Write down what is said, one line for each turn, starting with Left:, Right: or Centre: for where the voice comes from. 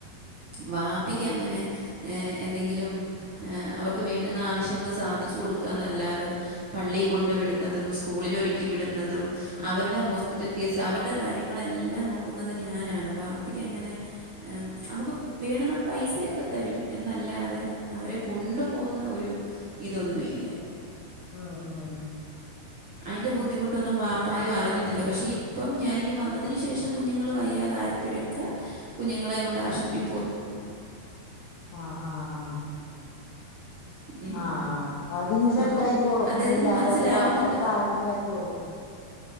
Right: വാപ്പിക്ക് അങ്ങനെ ഏ എന്തെങ്കിലും ഏ അവർക്ക് വേണ്ട്ന്ന ആവശ്യങ്ങള് സാധി ച്ചു കൊടുക്കന്നല്ലാതെ പള്ളികൊണ്ട് വിട്ന്നതും സ്കൂളില് ഒരുക്കി വിട്ന്നതും അവര്ടെ ഹോസ് പിറ്റൽ കേസ് ധ അവര്ടെ കാര്യങ്ങളെല്ലാം നോക്കുന്നത് ഞാനാണ് വാപ്പിക്കങ്ങനെ ഏഹ് അമ്മ്ക്ക് വേണുന്ന പൈസയൊക്കെ തരും എന്നല്ലാതെ അവരെ കൊണ്ടു പോവ്ന്ന ഒരു ഇതൊന്നും ഇല്ല
Left: ആഹ് ഹഹ
Right: അയ്ന്റെ ബുദ്ധിമുട്ടൊന്നും വാപ്പായു അറിഞ്ഞിട്ടില്ല പക്ഷെ ഇപ്പം ഞാനിങ്ങ് വന്നതിന് ശേഷം കുഞ്ഞുങ്ങള് വയ്യാതാ ആയപ്പഴക്കെ കുഞ്ഞുങ്ങളെ കൊണ്ട് ആശുപത്രിയിൽ പോ
Left: ആഹ് ആഹ് ആഹ്
Right: ഉം.
Left: ആഹ് ആഹ് അതിഞി സെറ്റാ
Right: അപ്പം
Left: യിക്കോളും
Right: അദ്ദേഹത്തിന്
Left: ഇല്ലാത്തോട്ത്ത്
Right: മനസ്സിലാവുന്നുണ്ട്
Left: വാപ്പ സ്ഥാനം ഏറ്റോളും